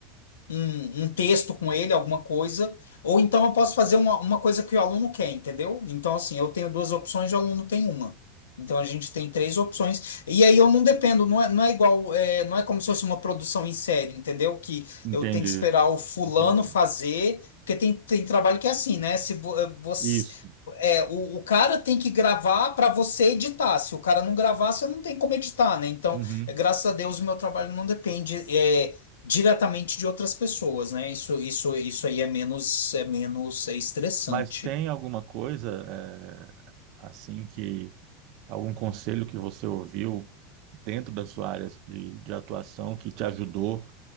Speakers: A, on the left (about 65°); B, on the right (about 45°).
A: um, um texto com ele, alguma coisa, ou então eu posso fazer uma, uma coisa que o aluno quer, entendeu? Então, assim, eu tenho duas opções e o aluno tem uma. Então, a gente tem três opções. E aí eu não dependo, não é, não é igual, é, não é como se fosse uma produção em série, entendeu? Que
B: entendi,
A: eu tenho que esperar o fulano
B: entendi.
A: fazer, porque tem, tem trabalho que é assim, né? Se vo- eh, você.
B: Isso.
A: É, o, o cara tem que gravar para você editar. Se o cara não gravar, você não tem como editar, né? Então,
B: Uhum.
A: eh, graças a Deus, o meu trabalho não depende. é, diretamente de outras pessoas, né? Isso, isso, isso aí é menos, é menos, é estressante.
B: Mas tem alguma coisa? assim que algum conselho que você ouviu dentro da sua área de, de atuação que te ajudou